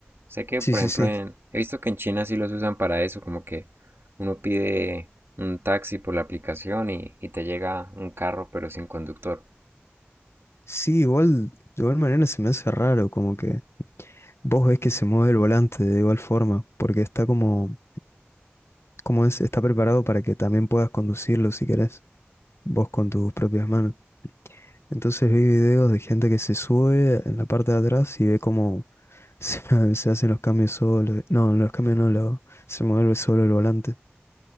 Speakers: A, on the right; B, on the left.
A: Sé que,
B: Sí,
A: por
B: sí,
A: ejemplo,
B: sí.
A: en, he visto que en China sí los usan para eso, como que uno pide un taxi por la aplicación y, y te llega un carro pero sin conductor.
B: Sí, igual, de igual manera se me hace raro, como que vos ves que se mueve el volante de igual forma, porque está como, como es, está preparado para que también puedas conducirlo si querés, vos con tus propias manos. Entonces vi videos de gente que se sube en la parte de atrás y ve cómo se, <laughs> se hacen los cambios solo. No, los cambios no, lo, se mueve solo el volante.